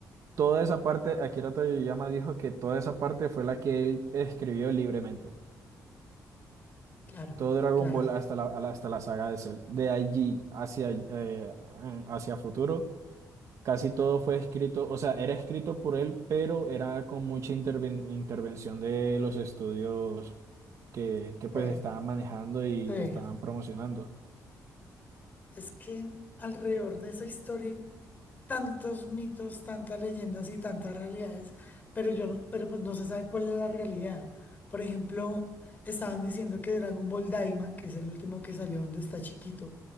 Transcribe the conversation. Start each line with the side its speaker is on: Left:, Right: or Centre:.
Right: Toda esa parte, Akira Toriyama dijo que toda esa parte fue la que él escribió libremente.
Left: claro,
Right: Todo Dragon
Left: claro.
Right: Ball hasta la, a la- hasta la saga de Cell. De allí hacia, eh, eh, hacia futuro, casi todo fue escrito, o sea, era escrito por él, pero era con mucha interven- intervención de los estudios que,
Left: Estoy.
Right: que pues estaban manejando y
Left: Sí.
Right: estaban promocionando.
Left: Es que alrededor de esa historia hay tantos mitos, tantas leyendas y tantas realidades, pero yo no- pero pues no se sabe cuál es la realidad. Por ejemplo, estaban diciendo que Dragon Ball Daima, que es el último que salió donde está chiquito,